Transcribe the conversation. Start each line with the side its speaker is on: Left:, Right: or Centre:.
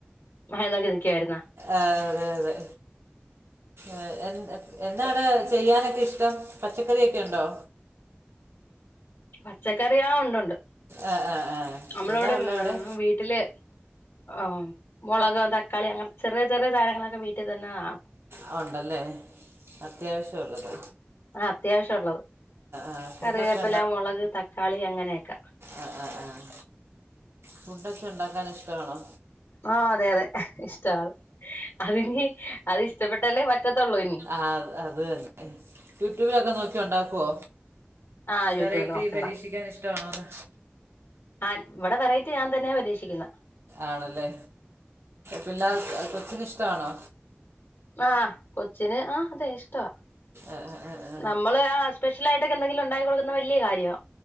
Left: മയനോക്കി നിക്കുവായിരുന്നു
Right: ആഹ് അതെ അതെ എ എന്താണ് ചെയ്യാനൊക്കെ ഇഷ്ടം പച്ചക്കറിയൊക്കെണ്ടോ
Left: പച്ചക്കറിയാ ഉണ്ടുണ്ട്
Right: ആഹ് ആഹ് ആഹ്
Left: നമ്മളവിടെ
Right: എന്താ ഉള്ളെ അവിടെ
Left: വീട്ടിലെ ആഹ് മുളക് തക്കാളി അങ്ങനെ ചെറെ ചെറെ സാധനങ്ങളൊക്കെ വീട്ടിതെന്നെ ആക്കും
Right: ആഹ് ഉണ്ടല്ലേ അത്യാവശ്യംള്ളത്
Left: ആ അത്യാവശ്യള്ളത്
Right: ആഹ് ഫുഡൊക്കെ
Left: കറിവേപ്പില മുളക് തക്കാളി അങ്ങനെയൊക്കെ
Right: അഹ് ആഹ് ആഹ് ഫുഡൊക്കെ ഉണ്ടാക്കാൻ ഇഷ്ടവാണോ
Left: ആഹ് അതെ അതെ ഇഷ്ടാണ് അതിനി അത് ഇഷ്ടപ്പെട്ടല്ലേ പറ്റത്തുള്ളൂ ഇനി
Right: ആഹ് അത് തന്നെ യൂട്യൂബിലൊക്കെ നോക്കി ഉണ്ടാക്കോ
Left: ആഹ് യൂട്യൂബിൽ
Right: വെറൈറ്റി
Left: നോക്കിണ്ടാവും
Right: പരീക്ഷിക്കാൻ ഇഷ്ടണോ അതോ
Left: ആഹ് ഇവടെ വെറൈറ്റി ഞാൻ തന്നെ പരീക്ഷിക്കുന്ന
Right: ആണല്ലേ പിള്ളക്ക് കൊച്ചിന ഇഷ്ടമാണോ
Left: ആഹ് കൊച്ചിനെ ആ അതെ ഇഷ്ടവാ
Right: ആഹ് ആഹ് ആഹ്
Left: നമ്മള് ആ സ്പെഷ്യലായിയിട്ടൊക്കെന്തെങ്കിലുക്കെണ്ടാക്കി കൊടുക്കുന്നതൊക്കെ വല്യകാര്യ